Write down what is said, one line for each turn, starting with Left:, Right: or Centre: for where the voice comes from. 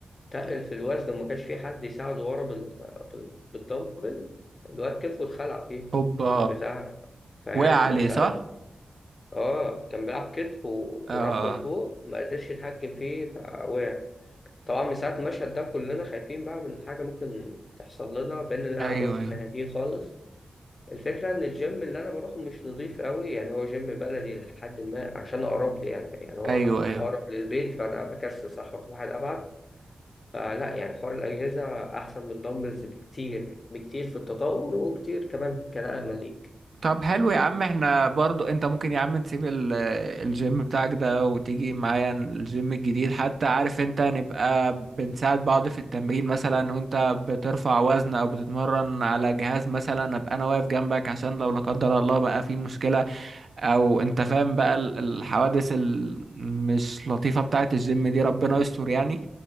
Left: تقل في الوزن وما كانش في حد يساعده ورا بال... بال... بالدمبل الواد كتفه اتخلع فيه
Right: هوبا
Left: البتاع فاهم
Right: وقع عليه
Left: ف...
Right: صح؟
Left: اه كان بيلعب كتف و...
Right: اه
Left: ورفعه لفوق ما قدرش يتحكم فيه فوقع طبعا من ساعة المشهد ده كلنا خايفين بقى من حاجة ممكن تحصل لنا بقينا نلعب
Right: ايوه
Left: واحنا
Right: ايوه
Left: هاديين خالص الفكرة إن الجيم اللي أنا بروحه مش نظيف قوي يعني هو جيم بلدي لحد ما عشان أقرب لي يعني يعني هو
Right: ايوه ايوه
Left: أقرب للبيت فأنا بكسس أروح واحد أبعد فلا يعني حوار الأجهزة أحسن من الدمبلز بكتير بكتير في التطور وكتير كمان كنقلة ليك
Right: طب حلو يا عم احنا برضو انت ممكن يا عم تسيب ال- الجيم بتاعك ده وتيجي معايا الجيم الجديد حتى عارف انت نبقى بنساعد بعض في التمرين مثلا وانت بترفع وزن او بتتمرن على جهاز مثلا ابقى انا واقف جنبك عشان لو لا قدر الله بقى في مشكلة او انت فاهم بقى ال- الحوادث المش لطيفة بتاعة الجيم دي ربنا يستر يعني